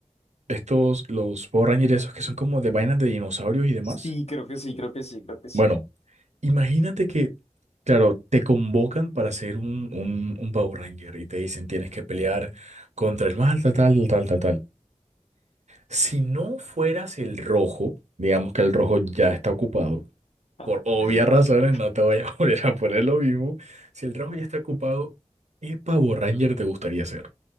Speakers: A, on the right; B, on the left.
A: estos, los Power Rangers esos que son como de vainas de dinosaurios y demás?
B: Sí, creo que sí, creo que sí, creo que sí.
A: Bueno, imagínate que, claro, te convocan para ser un, un, un Power Ranger y te dicen tienes que pelear contra el mal, tal, tal, tal, tal, tal. Si no fueras el rojo, digamos que el rojo ya está ocupado.
B: <laughs>
A: Por obvias razones, no te voy a <laughs> volver a poner lo mismo. Si el trabajo ya está ocupado, ¿qué Power Ranger te gustaría ser?